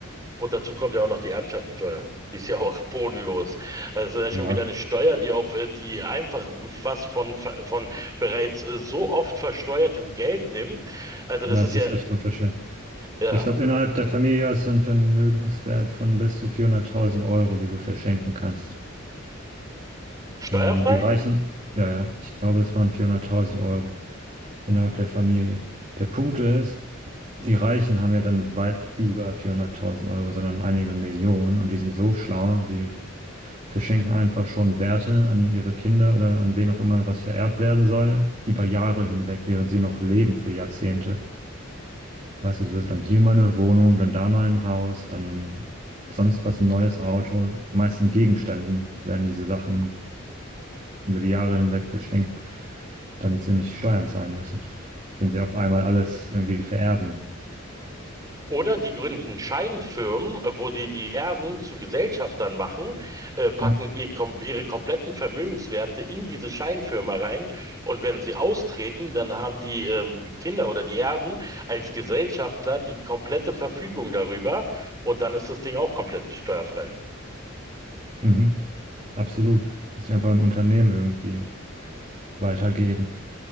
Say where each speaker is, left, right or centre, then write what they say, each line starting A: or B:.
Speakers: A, on the right; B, on the right.
A: Und dazu kommt ja auch noch die Erbschaftssteuer. Die ist ja auch <laughs> bodenlos. Also das ist
B: ja.
A: ja schon wieder eine Steuer, die auf, äh, die einfach was von, von bereits äh, so oft versteuertem Geld nimmt. Also das
B: Na,
A: ist
B: es
A: ja,
B: ist echt unverschämt.
A: ja,
B: Ich glaube, innerhalb der Familie hast du einen Vermögenswert von bis zu 400.000 Euro, die du verschenken kannst.
A: steuerfrei?
B: Ähm, die Reichen, ja, ja, ich glaube, es waren 400.000 Euro innerhalb der Familie. Der Punkt ist, die Reichen haben ja dann weit über 400.000 Euro, sondern einige Millionen und die sind so schlau, die verschenken einfach schon Werte an ihre Kinder oder an wen auch immer, was vererbt werden soll, über Jahre hinweg, während sie noch leben, für Jahrzehnte. Weißt du, so ist dann hier mal eine Wohnung, dann da mal ein Haus, dann sonst was, ein neues Auto. Meistens Gegenständen werden diese Sachen über die Jahre hinweg verschenkt, damit sie nicht Steuern zahlen müssen, wenn sie auf einmal alles irgendwie vererben.
A: Oder die gründen Scheinfirmen, äh, wo die die Erben zu Gesellschaftern machen, äh, packen
B: Ah,
A: ihr, kom ihre kompletten Vermögenswerte in diese Scheinfirma rein und wenn sie austreten, dann haben die ähm, Kinder oder die Erben als Gesellschafter die komplette Verfügung darüber und dann ist das Ding auch komplett steuerfrei.
B: mhm, absolut. Dass sie einfach ein Unternehmen irgendwie weitergeben.